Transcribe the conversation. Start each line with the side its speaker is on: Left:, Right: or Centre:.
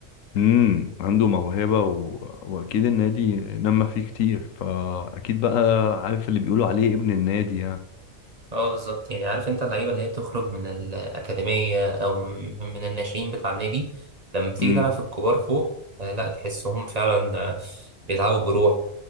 Left: امم عنده موهبة و... واكيد النادي نما فيه كتير فاكيد بقى عارف اللي بيقولوا عليه ابن النادي يعني
Right: اه بالظبط يعني عارف انت اللعيبه اللي هي بتخرج من الاكاديميه او من من الناشئين بتاع النادي لما بتيجي
Left: امم
Right: تلعب في الكبار فوق آه لا تحسهم فعلا آه بيلعبوا بروح